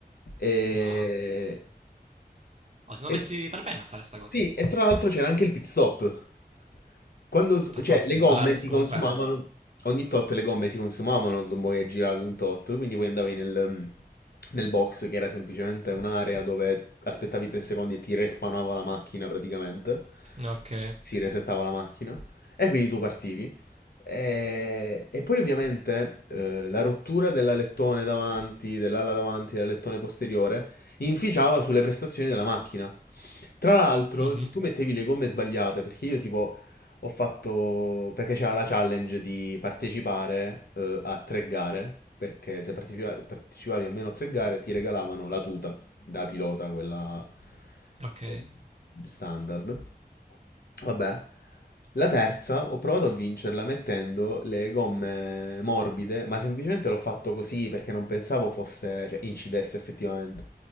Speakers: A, on the left; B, on the right.
A: E...
B: Wow. Oh, si sono
A: E-
B: messi per bene a fare sta cosa.
A: Sì, e tra l'altro c'era anche il pit stop. Quando,
B: Fantastico.
A: cioè, le gomme
B: Allora,
A: si
B: comunque...
A: consumavano, ogni tot le gomme si consumavano dopo che giravi un tot, quindi poi andavi nel, nel box che era semplicemente un'area dove aspettavi 3 secondi e ti respawnava la macchina praticamente.
B: eh, Ok.
A: Si resettava la macchina e quindi tu partivi. E, e poi ovviamente eh, la rottura dell'alettone davanti, dell'ala davanti, e dell'alettone posteriore inficiava sulle prestazioni della macchina. Tra l'altro,
B: Mhm.
A: se tu mettevi le gomme sbagliate, perché io tipo ho fatto, perché c'era la challenge di partecipare eh, a tre gare, perché se partecipa- partecipavi, almeno a tre gare ti regalavano la tuta da pilota, quella
B: Ok.
A: eh, standard. Vabbè. La terza ho provato a vincerla mettendo le gomme morbide, ma semplicemente l'ho fatto così perché non pensavo fosse, cioè, incidesse effettivamente.